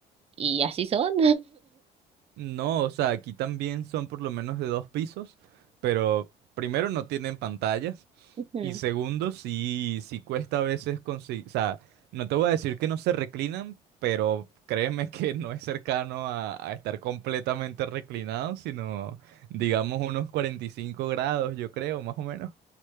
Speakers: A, on the right; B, on the right.
A: y así son.
B: No, o sea, aquí también son por lo menos de dos pisos, pero primero no tienen pantallas
A: <laughs>
B: y segundo sí, sí cuesta a veces conseguir, o sea, no te voy a decir que no se reclinan, pero créeme <laughs> que no es cercano a, a estar completamente reclinado, sino digamos unos 45 grados, yo creo, más o menos.